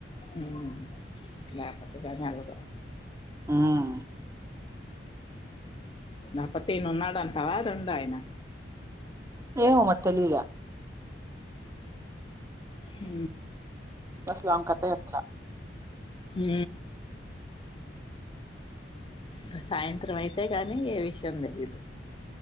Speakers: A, on the left; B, on the right.
A: మ్ నపతేకాలు ఉ
B: హ్మ్
A: దప్పతేను ఉన్నాడ అంటవా రెండో ఆయన
B: ఏమో మరి తెలియలే
A: ఉ
B: బస్ లోంగ్ కతా ఎట్లా
A: ఉ ఇక సాయంత్రం అయితే అంతేగాని ఏ విషయం తెలీయదు